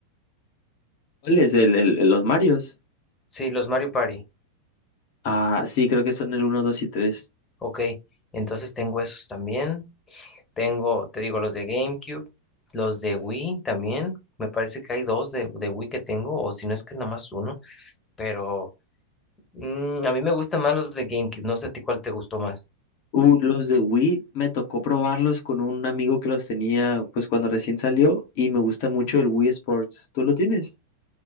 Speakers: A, on the left; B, on the left.
A: ¿Cuáles? El, el, el- los Marios.
B: Sí, los Mario Party,
A: Ah, sí, creo que son el uno 2 y tres
B: ok, entonces tengo esos también, tengo, te digo, los de GameCube, los de Wii también, me parece que hay dos de, de Wii que tengo, o si no es que es nomás uno, pero... Mm, a mí me gustan más los de GameCube. No sé a ti cuál te gustó más.
A: Uh, los de Wii me tocó probarlos con un amigo que los tenía pues cuando recién salió y me gusta mucho el Wii Sports. ¿Tú lo tienes?